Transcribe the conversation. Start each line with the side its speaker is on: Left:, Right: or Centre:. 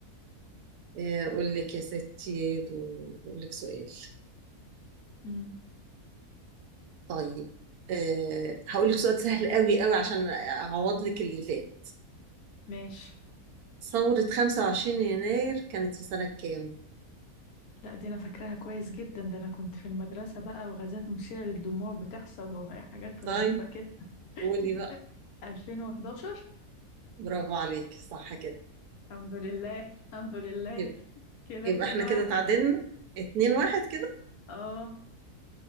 Right: آه، اقول لك يا ستي دو- اقول لك سؤال
Left: مم.
Right: طيب أه هقول لك سؤال سهل قوي قوي عشان اعوض لك اللي فات
Left: ماشي
Right: ثورة 25 يناير كانت في سنة كام؟
Left: لا دي أنا فاكراها كويس جدا ده أنا كنت في المدرسة بقى وغازات مثيرة للدموع بتحصل وحاجات
Right: طيب
Left: غريبة كده
Right: قولي
Left: <laughs>
Right: بقى
Left: 2011
Right: برافو عليك صح كده
Left: الحمد لله الحمد لله
Right: يبقى
Left: كده
Right: يبقى
Left: اتنين
Right: احنا
Left: واحد
Right: كده تعادلنا اتنين واحد كده
Left: اه